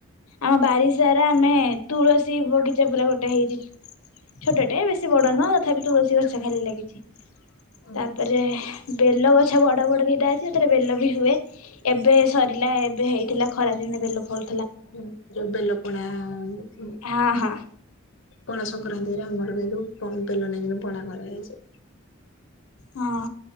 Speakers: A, on the left; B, on the left.
A: ଆମ ବାରିସାରା ଆମେ ତୁଳସୀ ବଗିଚା ପୁରା ଗୋଟେ ହେଇଚି। ଛୋଟଟେ ବେଶୀ ବଡ ନୁହଁ। ତଥାପି ତୁଳସୀ ଗଛ ଖାଲି ଲାଗିଚି।
B: ହୁଁ
A: ତାପରେ ବେଲ ଗଛ ବଡ ବଡ ଦିଟା ଅଛି। ହେଥିରେ ବେଲ ବି ହୁଏ। ଏବେ ସରିଲା ଏ ଏବେହେଇଥିଲା ଖରା ଦିନେ ବେଲ ଫଳୁ
B: ହଁ ଯୋଉ ବେଲ ପଣା <unintelligible>
A: ହଁ ହଁ
B: ପଣା ସଂକ୍ରାନ୍ତିରେ ଆମର ନେଲୁ ପ ବେଲ ନେଇକି ପଣା କରାହେଇଚି।
A: ହଁ